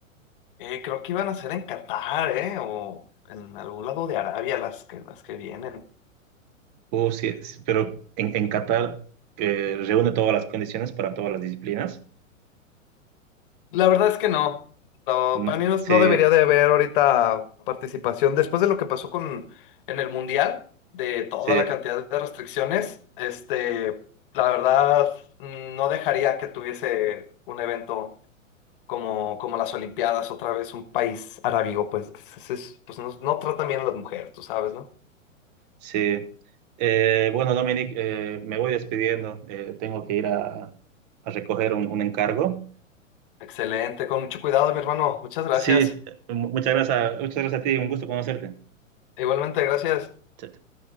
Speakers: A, on the left (about 40°); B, on the right (about 30°).
A: Eh, creo que iban a ser en Qatar, ¿eh? O en algún lado de Arabia las que, las que vienen.
B: Uh, sí, sí, pero en, en Qatar eh, reúne todas las condiciones para todas las disciplinas.
A: La verdad es que no. No,
B: Mm,
A: para mí no,
B: Sí,
A: no debería de haber ahorita participación. Después de lo que pasó con en el Mundial, de toda
B: sí,
A: la cantidad de restricciones, este, la verdad mm, no dejaría que tuviese un evento como, como las Olimpiadas, otra vez un país arábigo, pues, que se- se- pues no, no tratan bien a las mujeres, tú sabes, ¿no?
B: sí. Eh, bueno, Dominic, eh, me voy despidiendo. Eh, tengo que ir a, a recoger un, un encargo.
A: Excelente, con mucho cuidado, mi hermano. Muchas gracias.
B: Sí, eh, mu- muchas gracias, muchas gracias a ti, un gusto conocerte.
A: Igualmente, gracias.
B: Chao, chao.